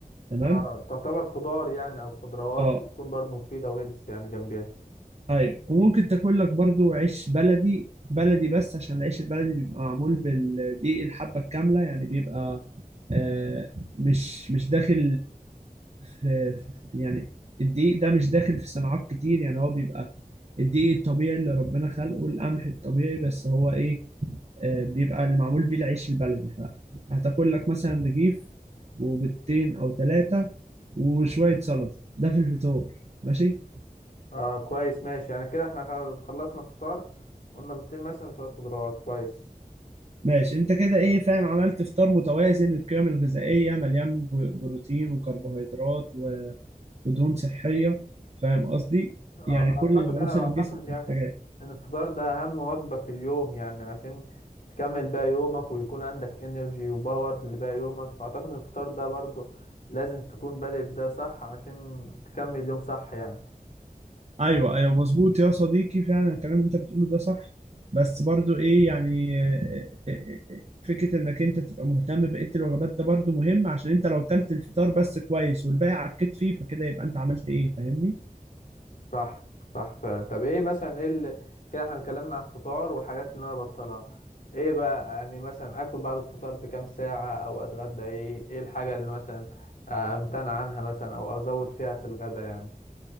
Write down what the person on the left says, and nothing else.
اه تعتبر خضار يعني او خضروات
بتكون برضه مفيدة وهيلث يعني جنبيها
اه كويس ماشي يعني كده احنا خل- خلصنا فطار قلنا بيضتين مثلا وشوية خضروات كويس
اه
اعتقد
انا
اعتقد
يعني
ان الفطار ده اهم وجبة في اليوم يعني عشان تكمل بقى يومك ويكون عندك انرجي وباور لباقي يومك فاعتقد ان الفطار ده برضو لازم تكون بادئ بده صح عشان تكمل يوم صح يعني
صح صح فعلا طب ايه مثلا ايه اللي كده احنا اتكلمنا على الفطار والحاجات اللي انا بطلها ايه بقى يعني مثلا اكل بعد الفطار بكام ساعة او اتغدى ايه ايه الحاجة اللي مثلا آه، امتنع عنها مثلا او ازود فيها في الغدا يعني